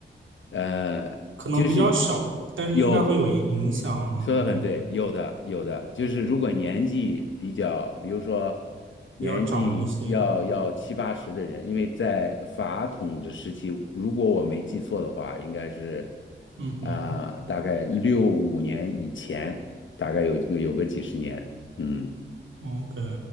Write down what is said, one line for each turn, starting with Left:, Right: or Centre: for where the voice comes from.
Left: 呃，
Right: 可能比较少，
Left: 就是
Right: 但是应该会有影响，
Left: 有，
Right: 嗯，
Left: 说的很对，有的有的，就是如果年纪比较，比如说年纪要要七八十的人，
Right: 比较长一些，
Left: 因为在法统治时期，如果我没记错的话，应该是
Right: 嗯哼
Left: 啊、大概六五年以前，大概有有有个几十年，嗯，
Right: ，OK，